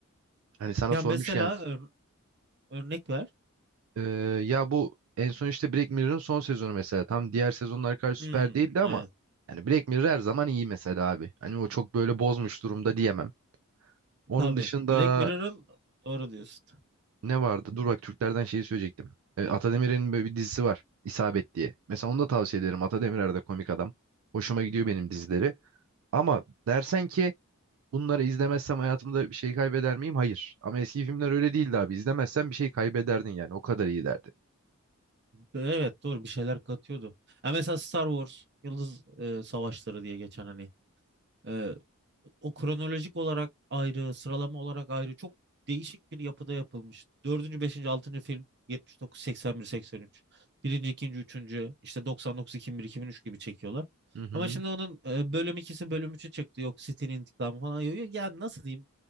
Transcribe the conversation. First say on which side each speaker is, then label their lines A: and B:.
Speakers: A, on the right; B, on the right.
A: Hani sana
B: Ya
A: sormuşken
B: mesela ör- örnek ver.
A: e, ya bu en son işte Black Mirror'ın son sezonu mesela. Tam diğer sezonlar kadar süper
B: Hmm,
A: değildi
B: e,
A: ama yani Black Mirror her zaman iyi mesela abi. Hani o çok böyle bozmuş durumda diyemem. Onun
B: Tabii.
A: dışında
B: Black Mirror'ın doğru diyorsun.
A: ne vardı? Dur bak Türklerden şeyi söyleyecektim. E, Atademir'in böyle bir dizisi var. İsabet diye. Mesela onu da tavsiye ederim. Atademirer de komik adam. Hoşuma gidiyor benim dizileri. Ama dersen ki bunları izlemezsem hayatımda bir şey kaybeder miyim? Hayır. Ama eski filmler öyle değildi abi. İzlemezsen bir şey kaybederdin yani. O kadar iyi derdi.
B: Evet doğru bir şeyler katıyordu. Ya mesela Star Wars Yıldız e, Savaşları diye geçen hani e, o kronolojik olarak ayrı, sıralama olarak ayrı çok değişik bir yapıda yapılmış. Dördüncü, beşinci, altıncı film 79, 81, 83. Birinci, ikinci, üçüncü işte 99, 2001, 2003 gibi çekiyorlar.
A: Hı hı.
B: Ama şimdi onun e, bölüm ikisi bölüm üçü çıktı. Yok City'nin intikamı falan. Yok, yok. Yani nasıl diyeyim?